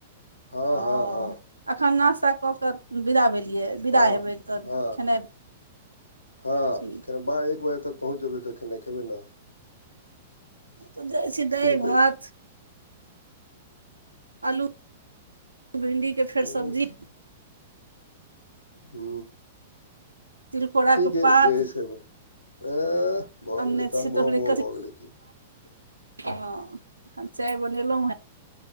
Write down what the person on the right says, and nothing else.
ओ।
एखन नश्ता कऽ कऽ विदा भेलियै विदा
हेबै तऽ
खेनाइ।
ठीक
तऽ दैस दह
भात।
आलू भिणडीके फेर
सब्जी।
तिलकोरा
के
पात
अनने
छी तऽ
ओकरे
कच
हँ एखन चाय बनेलहुँ हँ